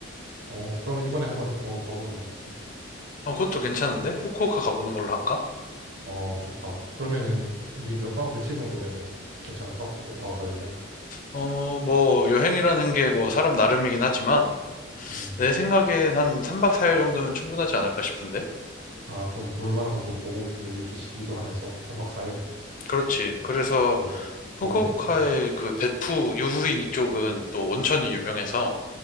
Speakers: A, on the right; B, on the left.
A: 어, 그러면 이번에 한번 더 가보는 건 어때?
B: 어, 그것도 괜찮은데? 후쿠오카 가보는 걸로 할까?
A: 어, 좋다. 그러면은, 우리 몇 박 며칠 정도면은 괜찮을까? 후쿠오카 가려면.
B: 어, 뭐 여행이라는 게 뭐 사람 나름이긴 하지만.
A: 음,
B: 내 생각엔 한 3박 4일 정도면 충분하지 않을까 싶은데?
A: 아, 좀 볼만한 것도 보고, 좀 여유 있게 쉬기도 하면서, 3박 4일.
B: 그렇지. 그래서
A: 어, 좋은데?
B: 후쿠오카의
A: 음,
B: 그 베푸 유후인 이쪽은 또 온천이 유명해서